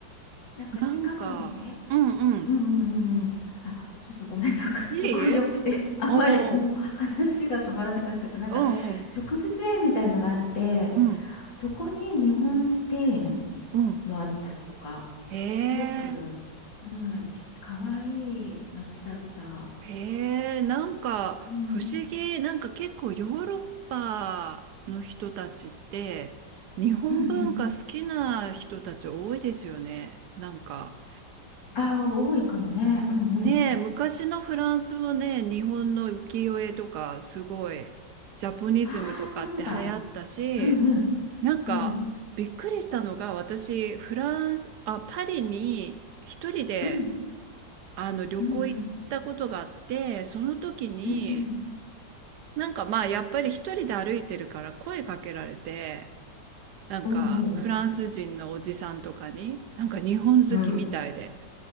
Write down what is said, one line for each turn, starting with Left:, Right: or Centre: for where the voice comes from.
Left: なんか近くにね、
Right: なんか、うんうん。
Left: うんうんうんうん。あ、そうそう、ごめん、なんかすごい良くて、
Right: いえいえ。
Left: <laughs> あまりもう話が止まらなくなっちゃった。
Right: おー。
Left: なんか植物園みたいのがあって、
Right: うんうん。うん
Left: そこに日本庭園
Right: うん。
Left: もあったりとか、
Right: へえ。
Left: すごく、うん、ち、かわいい街だった。
Right: へえ、なんか不思議、
Left: うん、
Right: なんか結構ヨーロッパの人たちって日本文化好きな人たち多いですよね。
Left: うんうん。
Right: なんか
Left: ああ、多いかもね。うんうん。
Right: ねえ、昔のフランスもね、日本の浮世絵とかすごいジャポニズムとかって流行ったし、
Left: ああ、そうだ。うんうん、
Right: なんかびっくりしたのが私フランス、
Left: うん、
Right: あ、パリに一人で
Left: うん、
Right: あの旅行行ったことがあって、
Left: うん、うん、
Right: その時に
Left: うん、うん。
Right: なんかまあやっぱり一人で歩いてるから声かけられて、なんかフランス人のおじさんとかに、
Left: おうおうお
Right: なんか日本好きみたいで。
Left: う。うん。